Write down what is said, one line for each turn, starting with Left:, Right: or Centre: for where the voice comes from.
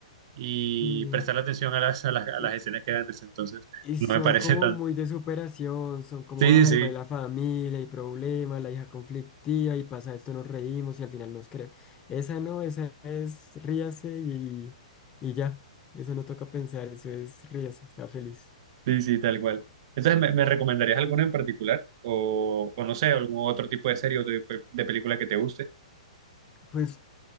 Right: y
Left: Sí.
Right: prestar atención a las, a las, a
Left: y,
Right: las escenas que dan risa. Entonces,
Left: y
Right: no
Left: son
Right: me parece
Left: como
Right: tan...
Left: muy de superación, son como,
Right: Sí,
Left: ay,
Right: sí, sí,
Left: va la familia y problemas, la hija conflictiva y pasa esto, nos reímos y al final nos cree. Esa no, esa es ríase y, y ya, eso no toca pensar, eso es ríase, sea feliz.
Right: sí, sí, tal cual. Entonces, ¿me, me recomendarías alguna en particular? O, o no sé, algún otro tipo de serie o de, de película que te guste.
Left: Pues